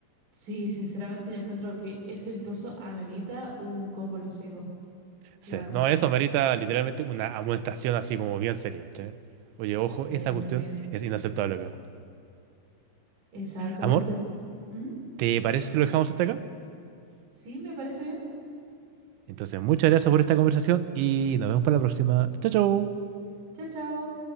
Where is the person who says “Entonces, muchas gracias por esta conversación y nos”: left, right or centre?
Right